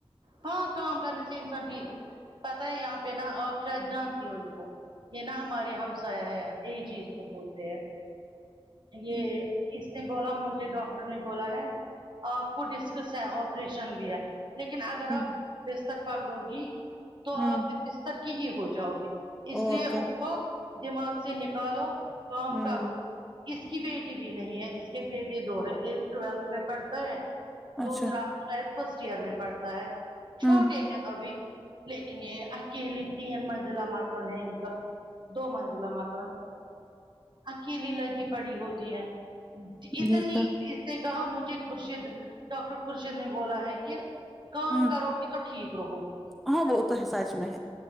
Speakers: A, on the right; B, in the centre.
A: ہاں کام کرنے سے انسان ٹھیک پتہ ہے یہاں پہ نا آپ شاید جانتی ہو ان کو یہ نا ہمارے ہم سایہ ہے یہ جی اسکو بولتے ہیں
B: ہے
A: یہ کس نے بولا مجھے ڈاکٹر نے بولا ہے آپ کو ڈسکس ہے آپریشن بھی ہے لیکن اگر آپ
B: ہوں
A: بستر پکڑو گی تو آپ
B: ہوں
A: بستر کی ہی ہو جاؤ گی اس
B: اور
A: لیے اٹھو
B: کیا
A: دماغ سے نکالو کام
B: ہوں
A: کرو اس کی بیٹی بھی نہیں ہے اس کے بیٹے دو ہے ایک ٹویلتھ میں پڑھتا ہے دوسرا
B: اچھا
A: شاید فرسٹ ایئر میں پڑھتا ہے چھوٹے
B: ہوں
A: ہیں ابھی لیکن یہ اکیلی تین منزلہ مکان ہے ان کا دو منزلہ مکان اکیلی لگی پڑی ہوتی ہے اتنی
B: دیکھا
A: اس نے کہا مجھے خورشید ڈاکٹر خورشید نے بولا ہے کہ کام
B: ہوں
A: کرو گی تو ٹھیک رہو گی
B: ہاں وہ تو ہے سچ میں ہے